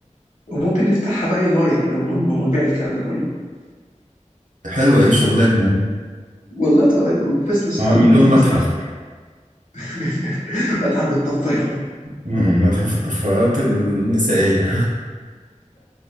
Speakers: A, on the left; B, on the right.
A: وممكن نفتحها بقى اي لاين ون- ون- ونبيع الكلام ده كله
B: حلوه اهي شغلانه
A: والله تبقى بزنس
B: اعمل
A: حلو هيبقى
B: لهم
A: بزنس
B: متحف
A: احسن <laughs> واتعب بالطفايه <laughs>
B: مم، متحف الطفايات النسائيه